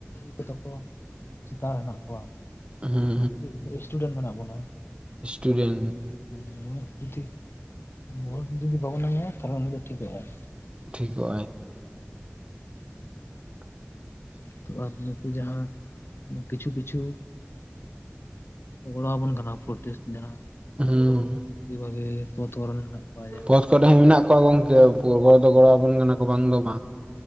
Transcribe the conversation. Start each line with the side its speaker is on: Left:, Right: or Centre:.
Left: ᱠᱚᱫᱚ ᱠᱚ ᱪᱮᱛᱟᱱ ᱨᱮ ᱦᱮᱱᱟᱜ ᱠᱚᱣᱟ
Right: ᱦᱩᱸ
Left: ᱵᱷᱟᱞᱤᱜᱮ ᱥᱴᱩᱰᱮᱱᱴ ᱢᱮᱱᱟᱜ ᱵᱚᱱᱟ
Right: ᱥᱴᱩᱰᱮᱱᱴ
Left: ᱦᱩᱸ ᱩᱱᱟᱹᱜ ᱡᱩᱫᱤ ᱵᱷᱳᱴ ᱡᱩᱫᱤ ᱵᱟᱵᱚᱱ ᱮᱢᱟᱭᱟ ᱛᱟᱦᱚᱞᱮ ᱩᱱᱤ ᱫᱚ ᱴᱷᱤᱠᱚᱜ-ᱟᱭ
Right: ᱴᱷᱤᱠᱚᱜ-ᱟᱭ <inaudible>
Left: ᱛᱳ ᱟᱨ ᱱᱩᱠᱩ ᱡᱟᱦᱟᱸ ᱠᱤᱪᱷᱩ ᱠᱤᱪᱷᱩ ᱜᱚᱲᱟ ᱟᱵᱚᱱ ᱠᱟᱱᱟ ᱯᱚᱨᱴᱮᱥᱴ ᱡᱟᱦᱟᱸ
Right: ᱦᱩᱸ
Left: ᱟᱹᱰᱤ ᱵᱷᱟᱹᱜᱤ ᱯᱚᱛ ᱠᱚᱨᱚᱱ ᱢᱮᱱᱟᱜ ᱠᱚᱣᱟ ᱡᱮ
Right: ᱯᱚᱛ ᱠᱚᱨᱮ ᱦᱚᱸ ᱢᱮᱱᱟᱜ ᱠᱚᱣᱟ ᱜᱚᱝᱠᱮ ᱯᱩᱨᱵᱚ ᱨᱮᱫᱚ ᱜᱚᱲᱚ ᱟᱵᱚᱱ ᱠᱟᱱᱟ ᱠᱚ ᱵᱟᱝ ᱫᱚ ᱵᱟᱝ